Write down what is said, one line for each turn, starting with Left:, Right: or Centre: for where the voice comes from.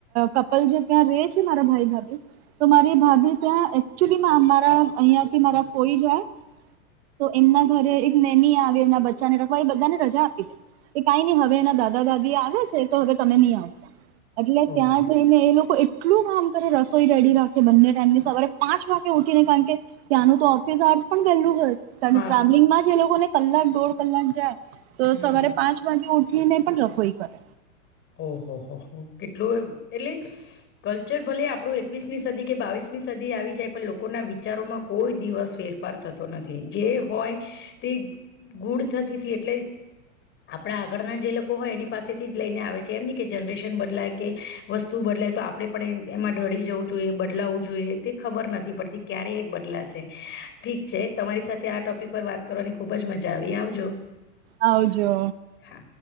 Right: કપલ જે ત્યાં રેય છે મારા ભાઈ ભાભી તો મારી ભાભી ત્યાં એકચુલી મારા અહિયાંથી મારા ફોઈ જાય તો એમના ઘરે એક નેની આવી એમના બચ્ચાને <unintelligible> એ બચ્ચાને રજા આપી એ કાઈ નઈ હવે એના દાદા દાદી આવે છે તો હવે તમે ની આવો એટલે
Left: ઓહ
Right: ત્યાં જઈને એ લોકો એ ટલું કામ કરે રસોઈ રેડી રાખે બંને ટાઈમની સવારે પાંચ વાગે ઉઠીને કારણ કે ત્યાંનું તો ઓફિસ આર્જ પણ વેલું હોય તમે
Left: હા
Right: ટ્રાવેલિંગમાં જે લોકોને કલાક દોઢ કલાક જાય
Left: હમ
Right: તો સવારે પાંચ વાગે ઉ ઠી ને પણ રસોઈ કરે
Left: ઓહો હો હો કેટલું એટલે કલ્ચર ભલે આપડુ એકવીસમી સદી કે બાવીસમી સદી આવી જાય પણ લોકોના વિચારોમાં કોઈ દિવસ ફેર પર થતો નથી જે હોય તે ગુડ થતી એટલે આપડા આગળના જે લોકો હોય એની પાસેથી જ જઈને આવે જેમ ની કે જનરેશન બદલાય કે વસ્તુ બદલાય તો આપડે પણ એમાં ઢળી જવું જોઈએ બદલાવવું જોઈએ તી ખબર નથી પડતી ક્યારે બદલાશે ઠીક છે તમારી સાથે આ ટોપિક પર વાત કરવાની ખુબ જ મજા આવી આવજો
Right: આવજો
Left: હા